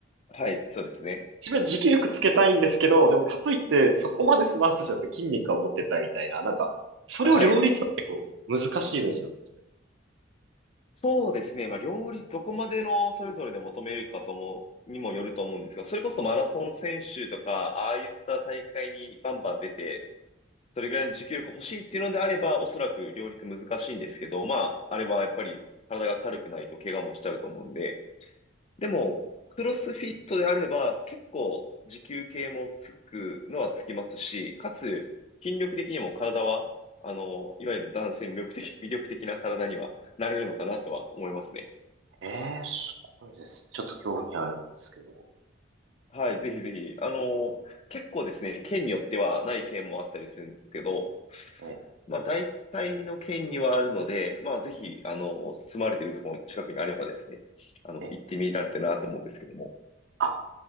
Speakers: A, on the left; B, on the right.
A: はい、そうですね。
B: 自分は持久力つけたいんですけど、でもかといってそこまでスマートじゃなくて筋肉は持ってたみたいな、なんか、それを両立って結構難しいイメージなんですけど。
A: はい。そうですね。まあ、料理、どこまでのそれぞれで求めるかとも、にもよると思うんですが、それこそマラソン選手とか、ああいった大会にバンバン出て、それぐらいの持久力欲しいっていうのであれば、おそらく両立難しいんですけど、まあ、あれはやっぱり体が軽くないと怪我もしちゃうと思うんで、でも、クロスフィットであれば、結構持久系もつくのはつきますし、かつ、筋力的にも体は、あの、いわゆる男性の魅力的、魅力的な体にはなれるのかなとは思いますね。
B: ええ、すごいですね。ちょっと興味あるんですけど。
A: はい、ぜひぜひ。あの、結構ですね、県によってはない県もあったりするんですけど、
B: ええ、
A: まあ大体の県にはあるので、まあぜひ、あの、住まれているところの近くにあればですね、あの、
B: ええ。
A: 行ってみられたらなと思うんですけども。
B: あ、